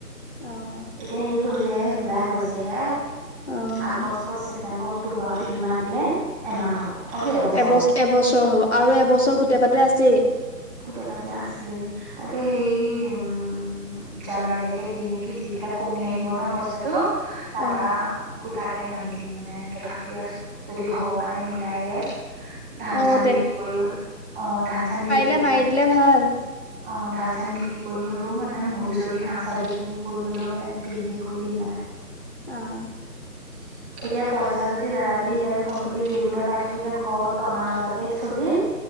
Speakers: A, on the left (about 40°); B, in the centre.
A: অ',
B: এতিয়া হেৰি হৈছে হে জুলাই হৈছে হে
A: অ',
B: আগষ্ট, ছেপ্তেম্বৰ, অক্টো অক্টোবাৰ, আওঁ তিনিমাহ দিলে এমাহ হ'ব। অ কি এবছৰ
A: এবছ-এবছৰ
B: হ'ব
A: হ'ব, আৰু এবছৰ গোটেই পাতে আছেই।
B: গোটেই পাতে আছে তাকে হেৰি উম, জানুৱাৰীলৈকে দিম নেকি, দি পেলাই কমি আহিব নহয়, পইচাটো। তাৰপা
A: অ',
B: গোটাকে মাৰি দিম, মানে এনকে ভাবি আছোঁ। যদি ভগৱানে মিলাই গে, ধান-চান
A: অ',
B: বিক্ৰী কৰি অ'ধান-চান বিক্ৰী
A: এ,
B: কৰি
A: মাৰি
B: হ'ল
A: দিলে ভাল।
B: অ' ধান-চান বিক্ৰী কৰি হ'লেওঁ, মানে মুৰ্গী-চৰ্গী হাঁহ-চাহ বিক্ৰীও কৰি হ'লেওঁ, মানে বিকি শেষ কৰি দিম মানে।
A: অ',
B: <inaudible> এতিয়া, পইচা যদি দাদা যদি এতিয়া যদি কমপ্লিট লিবলৈ পাই থাকে, এতিয়া ঘৰত টনা আযোৱাকে চলিম।